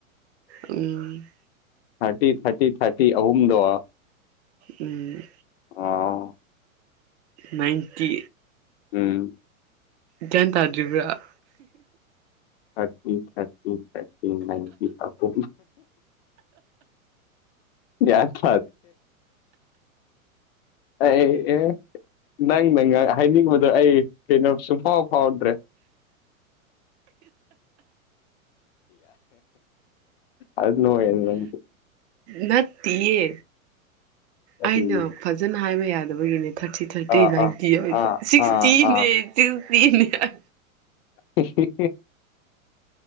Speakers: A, on the right; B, on the left.
A: ꯎꯝ
B: ꯊꯥꯔꯇꯤ ꯊꯥꯔꯇꯤ ꯊꯥꯔꯇꯤ ꯑꯍꯨꯝꯗ
A: ꯎꯝ
B: ꯑꯥ
A: ꯅꯥꯏꯟꯇꯤ
B: ꯎꯝ
A: ꯒ꯭ꯌꯥꯟ ꯇꯥꯗ꯭ꯔꯤꯕ꯭ꯔꯥ
B: ꯊꯔꯇꯤ ꯊꯔꯇꯤ ꯊꯇꯤ ꯅꯥꯟꯇꯤ ꯑꯄ ꯌꯥꯗ ꯑꯩ ꯑꯦ ꯅꯪ ꯅꯪ ꯍꯥꯏꯅꯤꯡꯕꯗꯣ ꯑꯩ ꯀꯩꯅꯣ ꯁꯨꯡꯐꯥꯎ ꯐꯥꯎꯗ꯭ꯔꯦ ꯑꯗꯨ ꯅꯣꯅꯗꯤ
A: ꯅ ꯌꯦ
B: ꯀꯔꯤꯅꯣ
A: ꯑꯩꯅ ꯐꯖꯅ ꯍꯥꯏꯕ ꯌꯥꯗꯕꯒꯤꯅꯦ ꯊꯥꯔꯇꯤ ꯊꯥꯔꯇꯤ
B: ꯑꯥ ꯑꯥ
A: ꯅꯥꯏꯟꯇꯤ ꯑꯣꯏꯗ
B: ꯑꯥ
A: ꯁꯤꯛꯁꯇꯤꯅꯦ
B: ꯑꯥ ꯑꯥ
A: ꯇꯅ
B: ꯦ